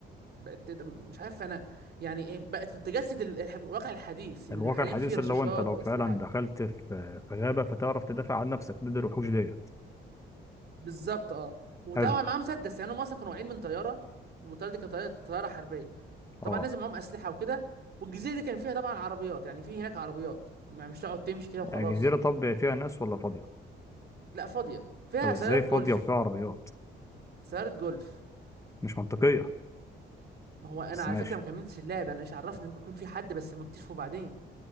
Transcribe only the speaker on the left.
الواقع
الحديث
اللي هو انت لو
فعلا دخلت في في غابة فتعرف تدافع عن نفسك ضد الوحوش ديت
حلو
اه
يعني جزيرة طب فيها ناس ولا فاضية
طب ازاي
فاضية
وفيها عربيات
مش منطقية
بس
ماشي